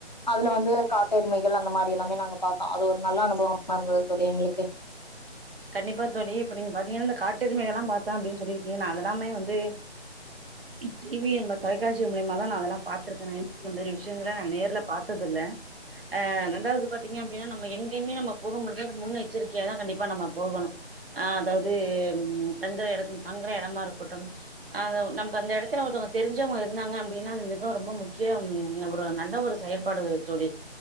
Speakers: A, on the left; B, on the right.
A: அதுல வந்து காட்டு எருமைகள் அந்த மாரியெல்லாமே நாங்க பாத்தோ அது ஒரு நல்ல அனுபவமா இருந்தது சொல்லி எங்களு க்கு
B: கண்டிப்பா தோழி இப்ப நீங்க பாத்தீங்கன்ன இந்த காட்டெருமைகல்லா பாத்தே அப்டின்னு சொல்லிருக்கீங்க நா அதெல்லாமே வந்து இ டி வி என்ப தொலைக்காட்சி மூலியமாதா நா அதெல்லா பாத்திருக்கே நா இந்த மாரி விஷயங்களா நா நேர்ல பாத்ததுல்ல ஆ ரண்டாவது பாத்தீங்க அப்டின்னா நம்ம எங்கயுமே நம்ம போகமுடிது ஒரு முன்ன எச்சரிக்கையாதா கண்டிப்பா நம்ம போகணும் ஆ அதாவ்து ம் தங்குற எடத்த தங்குற எடமா இருக்கட்டும் அத நமக்கு அந்த எடத்துல ஒருத்தவ்ங்க தெரிஞ்சவங்க இருந்தாங்க அப்டின்னா அந்த மிக ரொம்போ முக்கியம் ஒரு நல்ல ஒரு செயல்பாடு தோழி